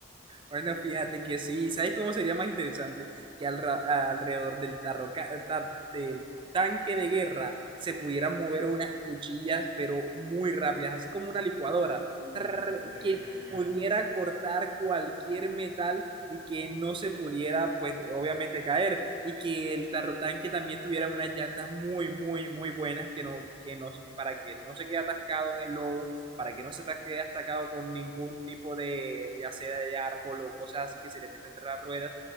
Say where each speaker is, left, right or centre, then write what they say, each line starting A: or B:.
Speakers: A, on the right (about 25°); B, on the right (about 55°).
A: Bueno, fíjate que sí. ¿Sabes cómo sería más interesante? Que al ra- alrededor del, tarroca- tar- del tanque de guerra se pudieran mover unas cuchillas, pero muy rápidas, así como una licuadora,
B: Uy,
A: Trrr,
B: sí, sería
A: que
B: genial.
A: pudiera cortar cualquier metal y que no se pudiera, pues, obviamente caer. Y que el tarrotanque también tuviera unas llantas muy, muy, muy buenas que no, que no, para que no se quede atascado en el lodo para que no se te quede atacado con ningún tipo de, ya sea de árbol o cosas así que se le meten entre las ruedas.